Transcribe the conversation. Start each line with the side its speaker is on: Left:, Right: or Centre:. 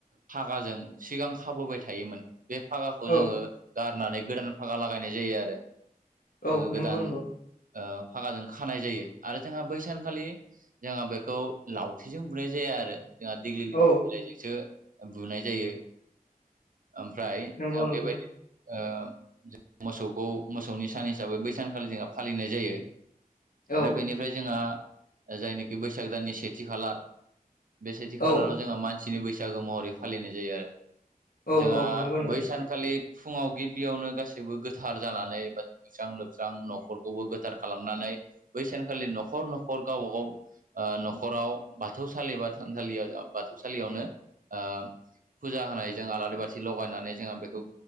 Right: फागाजों सिगां खाबोबाय थायोमोन बे फागा खौ
Left: औ
Right: जोङो गारनानै गोदान फागा लागायनाय जायो आरो
Left: औ
Right: जोङो
Left: नंगौ
Right: गोदान
Left: नंगौ
Right: ओ फागाजों खानाय जायो आरो जोंहा बैसानखालि जोंहा बेखौ लावथिजों बुनाय जाया आरो जोंहा देग्लिलिथि
Left: औ
Right: बिलाइजोंसो बुनाय जायो ओमफ्राय
Left: नंगौ
Right: जोंहा
Left: नंगौ
Right: बेबायदि ओ मोसौखौ मोसौनि सान हिसाबै बै सानखालि जोंहा फालिनाय जायो।
Left: औ
Right: दा बेनिफ्राय जोंहा जायनोखि बैसाग दाननि सेथि खालार बे सेथि
Left: औ
Right: खालाराव जोंहा मानसिनि बैसागो महरै फालिनाय जायो आरो।
Left: औ
Right: जोंहा
Left: औ नंगौ नंगौ
Right: बै सानखालि फुङाव गिबियावनो गासैबो गोथार जानानै दुगैस्रां लोबस्रां न'खरखौबो गोथार खालामनानै बै सानखालि न'खर न'खर गावबा गाव ओ न'खराव बाथौसालि बा थानसालियाव बाथौसालियावनो ओ फुजा होनाय जों आलारि बाथि लगायनानै जोङो बेखौ